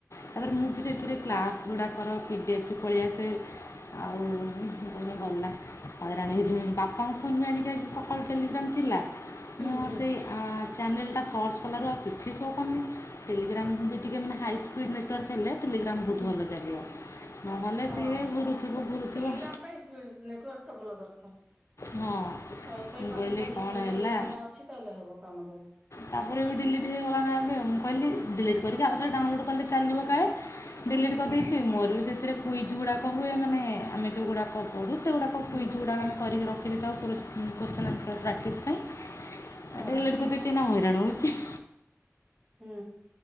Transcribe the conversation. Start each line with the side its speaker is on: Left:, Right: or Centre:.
Left: ତାପରେ ମୁଁ ବି ସେଇଥିରେ କ୍ଲାସ ଗୁଡାକ କର ପି ଏଫ୍ ପଳ ଆସେ ଆଉ କେଗଲା ହଇରାଣ ହେଇଯିବ ବାପାଙ୍କ ଫୋନ୍ ବି ଆଣିକି ଆଜି ସକାଳୁ ଟେଲିଗ୍ରାମ୍। ଥିଲା।
Right: ହୁଁ ହୁଁ।
Left: ସେ ଚ୍ୟାନେଲଟା ସର୍ଚ୍ଚ କଲାରୁ ଆଉ କିଛି ସବ କମ ଟେଲିଗ୍ରାମ୍ ବି ଟିକେ ମାନେ ହାଇ ସ୍ପିଡ଼୍ ନେଟୱାର୍କ। ହେଲେ ଟେଲିଗ୍ରାମ ବହୁତ
Right: ହୁଁ
Left: ଭଲ ଚାାଗିବ ନହେଲେ
Right: ହଁ
Left: ସିଏ ଘୁରୁଥିବ ଘୁରୁଥିବ।
Right: ଟେଲିଗ୍ରାମ ପାଇଁ ସ୍ପିଡ ନେଟୱାର୍କ ଟା ଭଲ ଦରକାର।
Left: ହଁ
Right: ୱାଇଫାଇ
Left: ମୁଁ
Right: କନେକ୍ସନ
Left: କହିଲି
Right: ଯଦି
Left: କଣ
Right: ଭଲ
Left: ହେଲା
Right: ହେଇକିନା ଅଛି ତାହେଲେ ହବ କାମ ଦବ।
Left: ତାପରେ ବି ିଲିଟ୍ ହେଇଗଲା ନା ଏବେ ମୁଁ କହିଲି ଡିଲଟ କରିକ ଆଉଥରେ ଡାଉନଲୋଡ଼୍ କଲେ ଚାଲିବ କାଳେ।
Right: ହୁଁ
Left: ଡିଲିଟ
Right: ହୁଁ
Left: କରିଦେଇଛି ମୋର ବି ସେଥିରେ କୁଇ ଯେଉଗୁଡ଼ାକ ହୁଏ ମାନେ ଆମେ ଯେଉଁଗୁଡ଼ାକ ପଡ଼ୁ। ଗୁାକ
Right: ହୁଁ
Left: ଗୁଡାକମେ କରିି ର। ଫ ତାଉ ପୁରସ୍କାର। କ୍ୱାସଚିନି ଆନସାର ପ୍ରାକ୍ଟିସ୍ ପାଇଁ
Right: ଅ
Left: ଡିଲିଡ ରଣୁଜ <unintelligible>
Right: ହୁଁ।